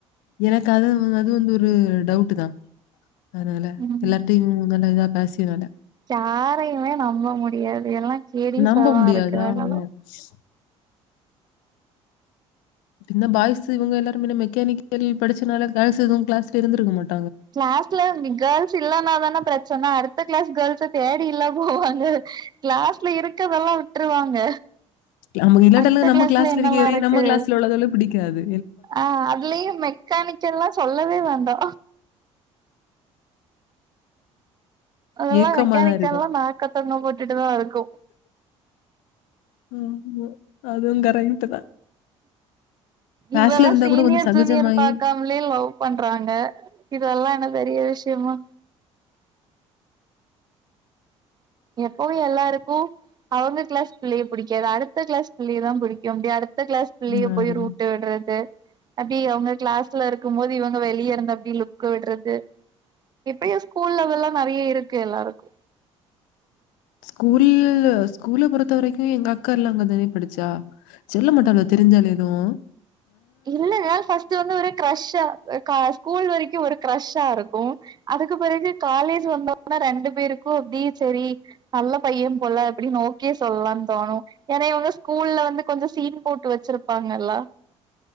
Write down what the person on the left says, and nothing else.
எனக்கு அது அது வந்து ஒரு டவுட் தா அதனல்ல
எல்லாருட்டியு நல்ல இது அ பேசியிருவாங்க
நம்ப
முடியாது.
<unintelligible> இந்த பாய்ஸ் இவுங்க எல்லருமே மெக்கானிக்கல் படிச்சனால கேர்ள்ஸ் இதுவும் கிளாஸ்ல இருந்துருக்க மாட்டங்க
நமக்கு இல்லாட்டல
நம்ம
க்கிளாஸ்ல
இருக்கேய்லயே
நம்ம கிளாஸ்ல உள்ளதுகளுக்கு புடிக்காது
ஏக்கமா
தான் இருக்கும்.
ம் அதுவும் கரெக்ட் கிளாஸ்ல
இருந்தா
கூட கொஞ்சம் சகஜமாயி
ம்.
ஸ்கூல்ல ஸ்கூல்ல பொறுத்த வரைக்கு எங்க அக்கா எல்லா அங்க தானே படிச்சா செல்ல மாட்டாலுவோ தெரிஞ்சாலு எதுவு